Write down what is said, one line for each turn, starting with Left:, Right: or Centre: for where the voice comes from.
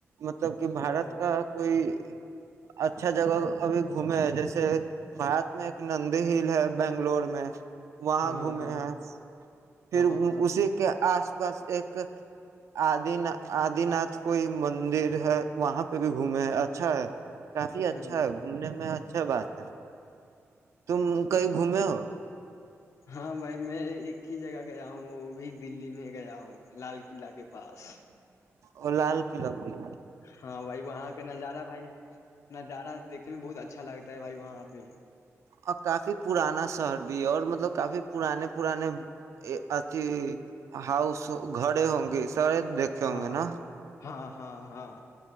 Right: مطلب کہ بارت
Left: وہ
Right: کا کوئی اچھا جگہ ابھی گھومے جیسے بھارت میں ایک نندی ہل ہے بنگلور میں وہاں
Left: ہاں
Right: گھومے
Left: ہاں
Right: ہیں پھر
Left: ہاں ہاں ہاں
Right: اسی کے آس بس ایک آد آد ناتھ کوئی مندر ہے وہاں پہ بھی گھومے ہیں اچھا ہے کافی
Left: ہوں
Right: اچھا ہے گھومنے میں اچھا بات ہے تم
Left: اچھا
Right: کہیں گھومے ہو
Left: ہاں میں ایک ہی جگہ گیا وہ بھی دللی میں گیا ہوں لال قلعہ قلعہ کے پاس
Right: اور لال قلع میں
Left: ہاں بھائی وہاں کا نظارہ بھائی نظارہ دیکھنے میں بہت اچھا لگتا ہے بھائی وہاں پہ
Right: اور کافی پرانا شہر بھی ہے اور مطلب کافی پرانے پرانے اھی ہاؤس گڑے ہوں گے سارے دیکھے ہوں
Left: ہاں
Right: گے نا
Left: ہاں ہاں ہاں